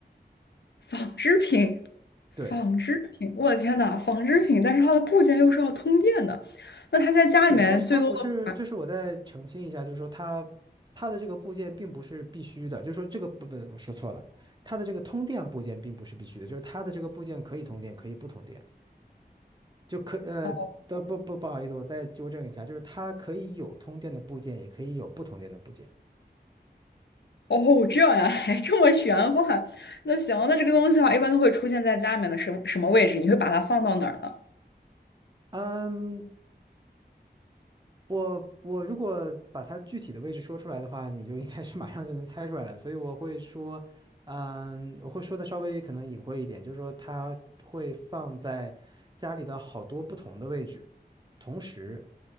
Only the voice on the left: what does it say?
纺织品，纺织品，
我的天呐，纺织品，但是它的部件又是要通电的。那它在家里面最多的话，
哦，
哦这样呀，还这么玄幻。那行，那这个东西的话，一般都会出现在家里面的什么什么位置？你会把它放到哪儿呢？